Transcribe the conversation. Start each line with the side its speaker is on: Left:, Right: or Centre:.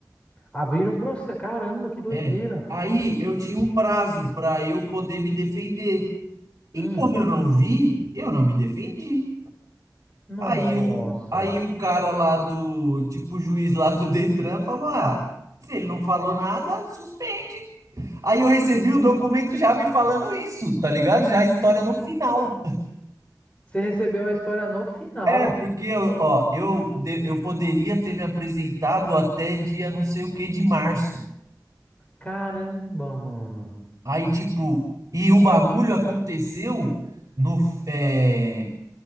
Left: Abriram um processo. Caramba, que doideira.
Right: É. Aí eu tinha um prazo para eu poder me defender. E
Left: Hum.
Right: como eu não vi, eu não me defendi.
Left: Nossa.
Right: Aí o, aí o cara lá do, tipo, o juiz lá do Detran falou: ah, se ele não falou nada, suspende. Aí eu recebi o documento já me falando isso, tá ligado? Já a história no final.
Left: Você recebeu a história no final.
Right: É, porque, ó, eu, de- eu poderia ter me apresentado até dia não sei o que de março.
Left: Caramba, mano.
Right: Aí, tipo, e o bagulho aconteceu no é,